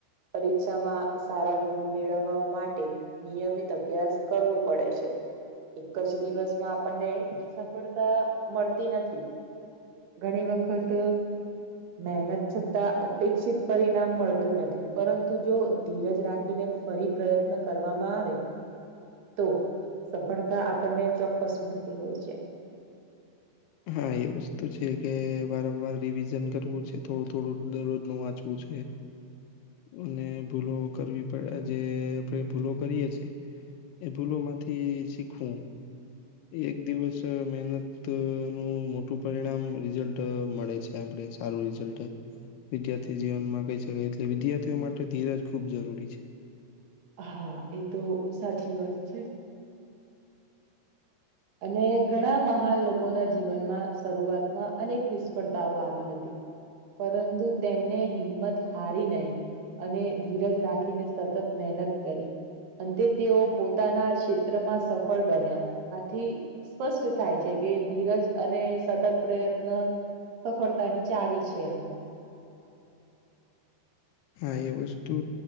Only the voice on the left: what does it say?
હા એ વસ્તુ છે કે, વારંવાર રિવિઝન કરવું છે થોડું થોડું દરરોજ નું વાંચવું છે.
અને ભૂલો કરવી પડે જે આપડે ભૂલો કરીએ છે, એ ભૂલો માંથી શીખવું. એક દિવસ મહેનત નું મોટું પરિણામ રિઝલ્ટ મળે છે. ત્યાં આપણે સારું રિઝલ્ટ વિદ્યાર્થી જીવનમાં કઈ શકાય એટલે વિદ્યાર્થીઓ માટે ધીરજ ખુબ જરૂરી છે.
હા એ વસ્તુ